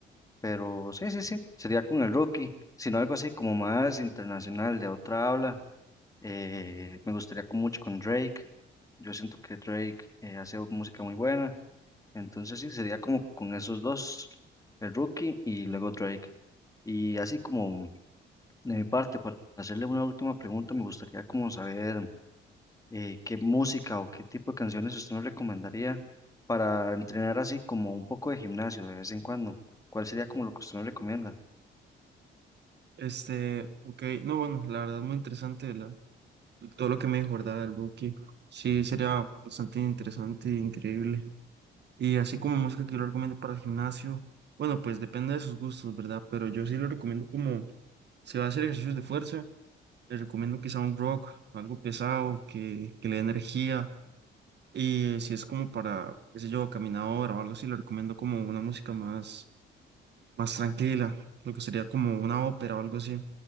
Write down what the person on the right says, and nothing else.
Este, ok, no, bueno, la verdad muy interesante la- todo lo que me dijo, ¿verdad? Del Buki. Sí, sería bastante interesante e increíble. Y así como música que yo lo recomiendo para el gimnasio, bueno, pues depende de sus gustos, ¿verdad? Pero yo sí lo recomiendo como, si va a hacer ejercicios de fuerza, le recomiendo quizá un rock, algo pesado, que, que le dé energía. Y si es como para, qué sé yo, caminadora o algo así, le recomiendo como una música más, más tranquila, lo que sería como una ópera o algo así.